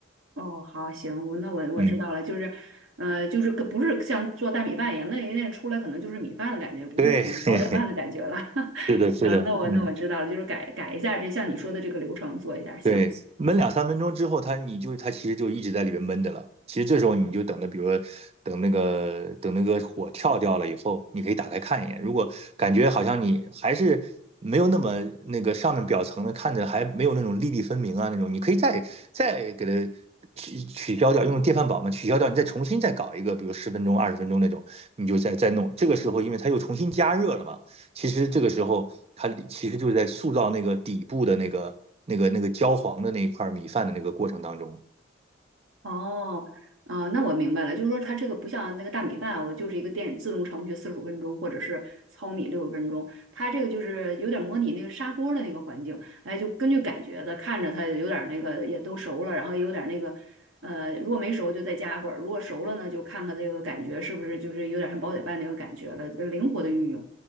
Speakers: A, on the right (about 80°); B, on the right (about 30°).
A: 哦，好，行，我那我我知道了，
B: 嗯，
A: 就是，呃，就是个不是像做大米饭一样，那那出来可能就是米饭的感觉，不是那种煲仔饭的感觉了。
B: 对，<laughs>
A: <laughs>
B: 是的，是的，
A: 行，那我那我知道了，
B: 嗯。
A: 就是改改一下这像你说的这个流程做一下，行。
B: 对，焖两三分钟之后，它你就它其实就一直在里边焖着了。其实这时候你就等着，比如说等那个等那个火跳掉了以后，你可以打开看一眼。如果感觉好像你还是没有那么那个上面表层的看着还没有那种粒粒分明啊那种，你可以再再给它取取消掉，用电饭煲嘛取消掉，你再重新再搞一个，比如十分钟、二十分钟那种，你就再再弄。这个时候因为它又重新加热了嘛。其实这个时候，它其实就是在塑造那个底部的那个、那个、那个焦黄的那一块米饭的那个过程当中，
A: 哦，啊、那我明白了，就是说它这个不像那个大米饭，我就是一个电自动程序四十五分钟，或者是糙米六十分钟，它这个就是有点模拟那个砂锅的那个环境，哎，就根据感觉的，看着它有点那个也都熟了，然后也有点那个，呃，如果没熟就再加一会儿，如果熟了呢，就看看这个感觉是不是就是有点像煲仔饭那个感觉了，灵活的运用。